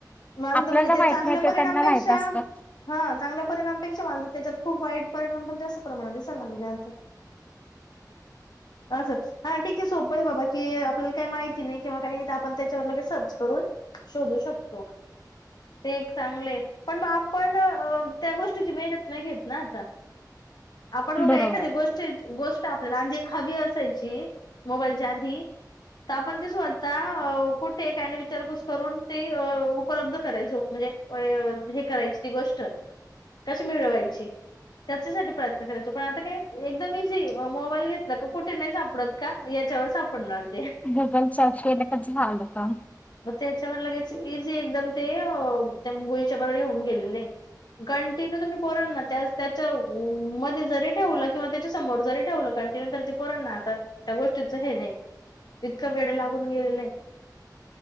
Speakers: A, on the left (about 70°); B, on the left (about 20°).
A: मल
B: आपल्याला
A: तर म्हणजे ते
B: माहित
A: चांगल्या
B: नाही
A: परिणामपेक्षा.
B: त्यांना माहित असतं.
A: हा चांगल्या परिणामपेक्षा मालतात त्याच्यात खूप वाईट परिणाम पण जास्त प्रमाणात दिसाला लागे आता असं हा ठीक आहे सोप प बाबा की आपल्याला काही माहिती नाही किंवा काही नाही आपण त्याच्यावर लगे सर्च करून शोधू शकतो ते एक चांगले पण मग आपण त्या गोष्टीची मेहनत नाही घेत ना आता आपण बघा
B: बरोबर
A: एखादी
B: आहे.
A: गोष्टी गोष्ट आपल्याला आधी हवी असायची मोबाईलच्याधी तर आपण ते स्वतः कुठे काय आणि विचारपूस करून तेी उपलब्ध करायचो म्हणजे हे करायची ती गोष्ट कशी मिळवायची त्याच्यासाठी प्रयत्न करायचाो पण आता काय एकदम इझी मोबाईल घेतला का कुठे नाही सापडत का याच्यावर सापडणार ते
B: गुगल सर्च केलं का झालं काम.
A: मग त्याच्यावर लगेच इझी एकदम ते गोळीच्या ब येऊन गेलेले कंटिन्यू तुम्ही पोर त्या त्याच्या मध्ये जरी ठेवलं किंवा त्याच्या समोर जरी ठेवलं कंटिन्यू तर ते पोरण ना आता त्या गोष्टीच हे नाही इतकं वेळ लागून गेलेलं आहे